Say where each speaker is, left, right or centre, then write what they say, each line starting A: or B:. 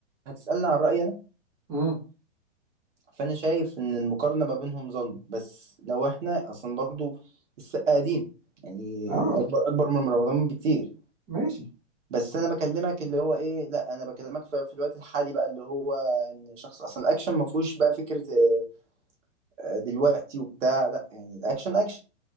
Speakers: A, on the right; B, on the right.
A: هتسألني عن رأيي انا
B: امم
A: فانا شايف ان المقارنة ما بينهم ظلم بس لو احنا اصلا برضو السقا قديم يعني
B: اه
A: اكبر اكبر من رمضان بكتير
B: ماشي
A: بس انا بكلمك اللي هو ايه لا انا بكلمك في, في الوقت الحالي بقى اللي هو ان شخص اصلا الاكشن ما فيهوش بقى فكرة آه، آه، دلوقتي وبتاع لا يعني الاكشن اكشن